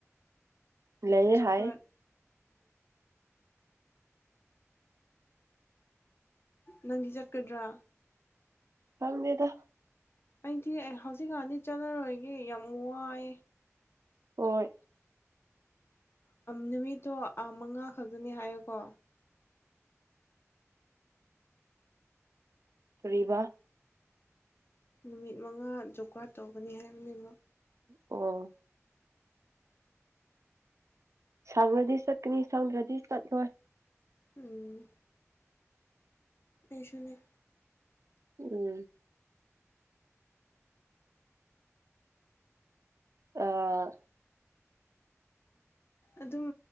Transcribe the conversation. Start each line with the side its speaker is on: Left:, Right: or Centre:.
Right: ꯂꯩꯌꯦ
Left: ꯖꯦꯛ
Right: ꯍꯥꯏ
Left: ꯀꯔꯠ ꯅꯪꯗꯤ ꯆꯠꯀꯗ꯭ꯔꯥ
Right: ꯈꯪꯗꯦꯗ
Left: ꯑꯩꯗꯤ ꯑꯩ ꯍꯧꯖꯤꯛꯀꯥꯟꯗꯤ ꯆꯠꯂꯔꯣꯏꯒꯦ ꯌꯥꯝ ꯋꯥꯏ
Right: ꯍꯣꯏ
Left: ꯅꯨꯃꯤꯠꯇꯣ ꯃꯉꯥ ꯈꯛꯇꯅꯤ ꯍꯥꯏꯌꯀꯣ
Right: ꯀꯔꯤꯕꯥ
Left: ꯅꯨꯃꯤꯠ ꯃꯉꯥ ꯖꯣꯕ ꯀꯥꯔꯗ ꯇꯧꯒꯅꯤ ꯍꯥꯏꯕꯅꯦꯕ
Right: ꯑꯣ ꯁꯥꯡꯔꯗꯤ ꯆꯠꯀꯅꯤ ꯁ꯭ꯗꯔꯗꯤ ꯆꯠꯂꯣꯏ
Left: ꯎꯝ ꯑꯩꯁꯨꯅꯦ
Right: ꯎꯝ ꯑ
Left: ꯑꯗꯨꯝ